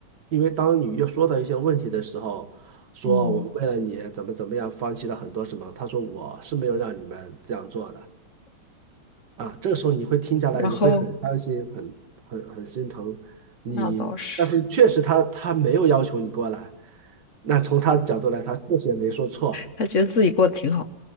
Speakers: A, on the right; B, on the left.
A: 因为当你又说到一些问题的时候，说我们为了你怎么怎么样，
B: 嗯，
A: 放弃了很多什么，他说我是没有让你们这样做的。啊，这个时候你会听下来，
B: 然后
A: 你会很伤心，很很很心疼你
B: 那倒是，
A: <laughs>。但是确实他他没有要求你过来，那从他的角度来，他确实也没说错。
B: 他觉得自己过得挺好。